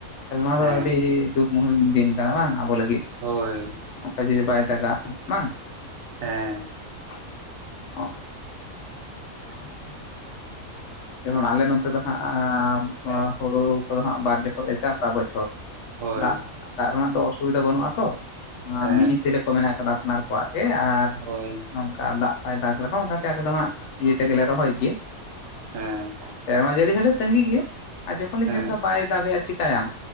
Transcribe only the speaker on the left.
ᱠᱷ ᱱᱚᱣᱟ
ᱫᱚ ᱟᱹᱰᱤ ᱫᱩᱠ ᱢᱩᱦᱤᱢ ᱫᱤᱱ ᱠᱟᱱᱟ ᱵᱟᱝ ᱟᱵᱚ ᱞᱟᱹᱜᱤᱫ
ᱚᱱᱠᱟ ᱡᱩᱫᱤ ᱵᱟᱭ ᱫᱟᱜᱟ ᱵᱟᱝ
ᱚ <inaudible>
ᱡᱮᱢᱚᱱ ᱟᱞᱮ ᱱᱚᱛᱮ ᱫᱚ ᱦᱟᱸᱜ
ᱦᱩᱲᱩ ᱠᱚᱫᱚ ᱦᱟᱸᱜ ᱵᱟᱨ ᱡᱚᱠᱷᱚᱱ ᱞᱮ ᱪᱟᱥᱟ ᱵᱚᱪᱷᱚᱨ
ᱫᱟᱜ ᱫᱟᱜ ᱨᱮᱱᱟᱜ ᱫᱚ ᱚᱥᱩᱵᱤᱫᱟ ᱵᱟᱹᱱᱩᱜᱼᱟᱛᱚ
ᱢᱤᱱᱤᱥᱤᱯᱚ ᱠᱚ ᱢᱮᱱᱟᱜ ᱠᱟᱫᱟ ᱟᱯᱱᱟᱨ ᱠᱚᱣᱟᱜ ᱟᱨ
ᱱᱚᱝᱠᱟ ᱫᱟᱜ ᱯᱟᱭ ᱫᱟᱜᱽ ᱨᱮᱦᱚᱸ ᱚᱱᱟᱛᱮ ᱟᱞᱮ ᱫᱚ ᱦᱟᱸᱜ ᱥᱤᱭᱟᱹ ᱛᱮᱜᱮᱞᱮ ᱨᱚᱦᱚᱭ ᱜᱮᱭᱟ
ᱥᱮᱨᱢᱟ ᱡᱟᱹᱲᱤ ᱦᱚᱸᱞᱮ ᱛᱟᱹᱜᱤ ᱜᱮᱭᱟ ᱟᱨ ᱡᱚᱠᱷᱚᱱ ᱞᱮ
ᱧᱮᱞᱫᱟ ᱵᱟᱭ ᱫᱟᱜᱮᱜᱼᱟ ᱪᱤᱠᱟᱭᱟᱢ